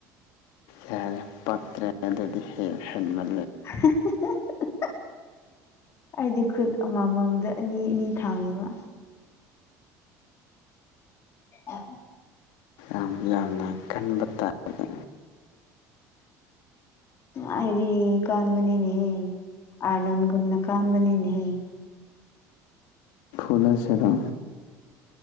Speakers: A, on the left; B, on the left.
A: ꯌꯥꯔꯦ ꯄꯛꯇ꯭ꯔꯦ ꯑꯗꯨꯗꯤ ꯍꯦꯛ ꯍꯟꯕꯂ
B: <inaudible> ꯑꯩꯗꯤ ꯈꯨꯠ ꯑꯃꯃꯝꯗ ꯑꯅꯤ ꯑꯅꯤ ꯊꯥꯡꯉꯦꯕ ꯑ
A: ꯌꯥꯝ ꯌꯥꯝꯅ ꯀꯟꯕ ꯇꯥꯔꯅꯤ
B: ꯑꯩꯗꯤ ꯀꯥꯥꯟꯕꯅꯤꯅꯦ ꯑꯟꯒꯅ ꯀꯥꯥꯟꯕꯅꯤꯅꯦ
A: ꯀꯂꯥ ꯁꯔꯥ